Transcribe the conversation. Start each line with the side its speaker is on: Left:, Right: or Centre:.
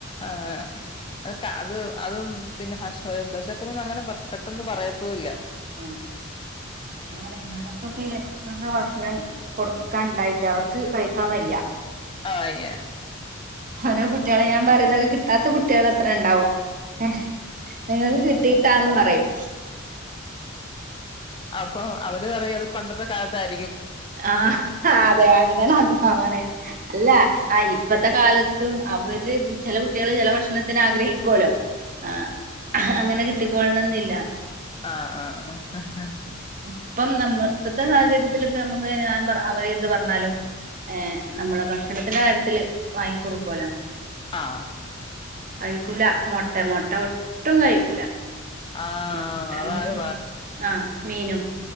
Left: അങ്ങനെ അത് ക അത് അതും പിന്നെ അശ് വെശക്ക്ന്നുന്ന് അങ്ങനെ പെട്ടെന്ന് പറയത്തുല്ല
Right: ആ വേറെ നടക്കൊക്കെ നല്ല ഭക്ഷണം കൊട്ക്കാൻ ണ്ടായ്റ്റ് അവർക്ക് കഴിക്കാൻ വയ്യ
Left: ആ വയ്യ
Right: ഓരോ കുട്ട്യാള് ഞാൻ പറിം തൊക്കെ കിട് കിട്ടാത്ത കുട്ട്യേള് എത്ര ണ്ടാവും ഹേ നിങ്ങക്ക്‌ കിട്ടീട്ടാന്ന് പറയും
Left: അപ്പോ അവര് പറയും അത് പണ്ടത്തെ കാൽത്താരിക്കും
Right: ആ അതെ അങ്ങനെയാണ് <unintelligible> അല്ല ആ ഇ ഇപ്പത്തെ കാലത്തും അവര് ചെല കുട്ടികള് ചെല ഭക്ഷണത്തിന് ആഗ്രഹിക്കോലോ ആ അങ്ങനെ കിട്ടിക്കോൾണംന്നില്ല
Left: ആഹ് ആഹ് ആഹ്
Right: ഇപ്പം നമ്മൾ ഇപ്പത്തെ സാഹചര്യത്തിൽ ഇപ്പം നമ്മുക്ക് ഞാൻ പറ അവര് എന്ത് പറഞ്ഞാലും ഏ നമ്മള് ഭക്ഷണത്തിന്റെ കാര്യത്തില് വാങ്ങി കൊടുക്കോലോ
Left: ആഹ്
Right: കഴിക്കൂല മുട്ട മുട്ട ഒട്ടും കഴിക്കൂല
Left: ആ
Right: മുട്ടം
Left: അതാണ്
Right: ആ മീനും